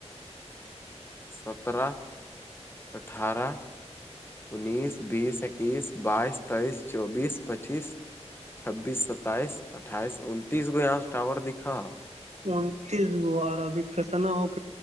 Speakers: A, on the left (about 20°); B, on the right (about 75°).
A: سترہ اٹھارہ انیس بیس اکیس بائیس تیئیس چوبیس پچیس چھبیس ستائیس اٹھائیس انتیس کو یہاں ٹاور دکھا
B: انتیس گو عربک کتنا ہوک